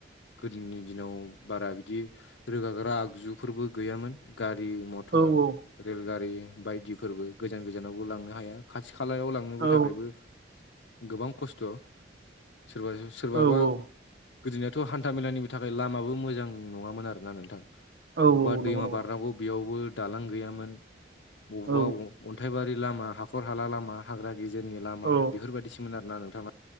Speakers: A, on the left; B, on the right.
A: गोदोनि दिनाव बारा बिदि रोगाग्रा आगजुफोरबो गैयामोन गारि मथर
B: औ औ
A: रेलगारि बायदिफोरबो गोजान गोजानावबो लांनो हाया खाथि खालायाव लांनोबो
B: औ
A: थाखायबो गोबां खस्थ' सोरबा सोरबाबा
B: औ औ
A: गोदोनिआथ' हान्था मेलानिबो थाखाय लामाबो मोजां नङामोन आरोना नोंथां बबावबा
B: औ नंगौ
A: दैमा
B: नंगौ
A: बारनांगौ बेयावबो दालां गैयामोन बबावबा
B: औ
A: अन्थाइबारि लामा हाखर हाला लामा हाग्रा गेजेरनि लामा
B: औ
A: बेफोरबायदिसोमोन आरोना नोंथां